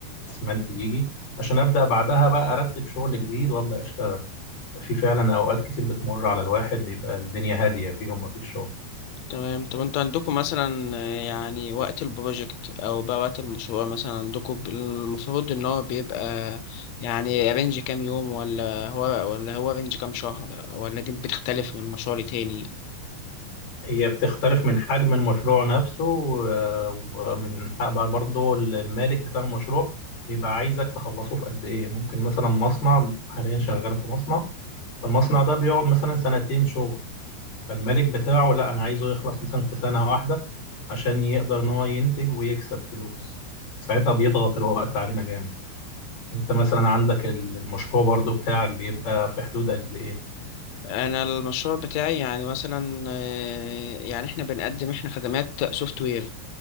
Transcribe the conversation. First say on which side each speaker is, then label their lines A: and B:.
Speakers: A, on the left (about 45°); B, on the left (about 80°).
A: الاسمنت يجي عشان ابدا بعدها بقى ارتب شغل جديد وابدا اشتغل في فعلا اوقات كتير بتمر على الواحد بيبقى الدنيا هادية فيهم ما فيش شغل
B: تمام طب انتوا عندكم مثلا آه، يعني وقت البروجكت أو بقى وقت المشروع مثلا عندكم ب- المفروض إن هو بيبقى يعني رينج كام يوم ولا هو ولا هو رينج كام شهر ولا دي بتختلف من مشروع لتاني
A: هي بتختلف من حجم المشروع نفسه و- ومن بقى برضه المالك بتاع المشروع بيبقى عايزك تخلصه في قد ايه ممكن مثلا مصنع حاليا شغال في مصنع فالمصنع ده بيقعد مثلا سنتين شغل فالمالك بتاعه لا انا عايزه يخلص مثلا في سنة واحدة عشان يقدر ان هو ينتج ويكسب فلوس ساعتها بيضغط الوقت علينا جامد انت مثلا عندك المشروع برضه بتاعك بيبقى في حدود قد ايه
B: انا المشروع بتاعي يعني مثلا آه، يعني احنا بنقدم احنا خدمات سوفت وير